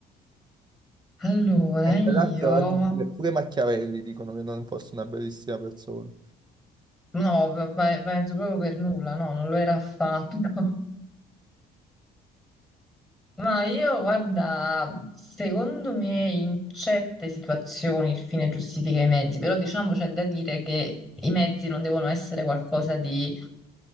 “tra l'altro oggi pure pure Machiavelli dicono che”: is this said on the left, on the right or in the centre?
Right